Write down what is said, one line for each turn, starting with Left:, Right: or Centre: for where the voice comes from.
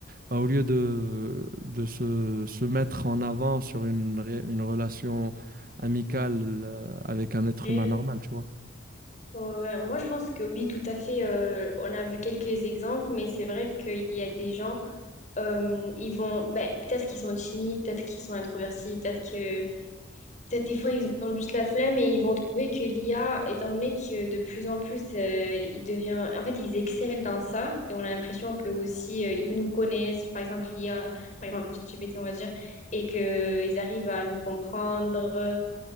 Right: bah, au lieu de, de se, se mettre en avant sur une, ré- une relation amicale, euh, avec un être
Left: ouais.
Right: humain normal, tu vois?
Left: ouais. Moi, je pense que oui, tout à fait. euh, on a vu quelques exemples, mais c'est vrai qu'il y a des gens, euh, ils vont, ben, peut-être qu'ils sont timides, peut-être qu'ils sont introvertis, peut-être que Peut-être des fois, ils ont juste la flemme et ils vont trouver que l'IA, étant donné que de plus en plus, euh, il devient... En fait, ils excellent dans ça et on a l'impression que aussi euh, ils nous connaissent, par exemple l'IA, par exemple ChatGPT, on va dire, et qu'ils arrivent à nous comprendre, euh,